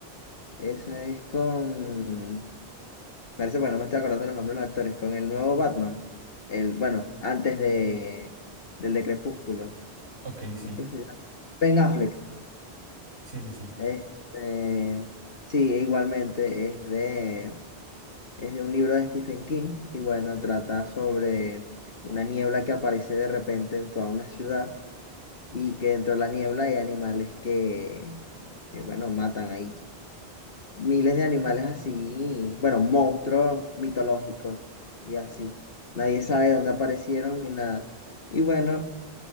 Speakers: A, on the left; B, on the right.
A: esa es con... Parece, bueno, no me estoy acordando los nombres de los actores. Con el nuevo Batman. El, bueno, antes de, del de Crepúsculo.
B: Ok, sí, sí,
A: ¿Cómo es que se llama? Ben Affleck.
B: sí, sí.
A: Este, sí, igualmente es de, es de un libro de Stephen King. Y bueno, trata sobre una niebla que aparece de repente en toda una ciudad y que dentro de la niebla hay animales que, que bueno, matan ahí. Miles de animales así, bueno, monstruos mitológicos y así. Nadie sabe dónde aparecieron ni nada. Y bueno,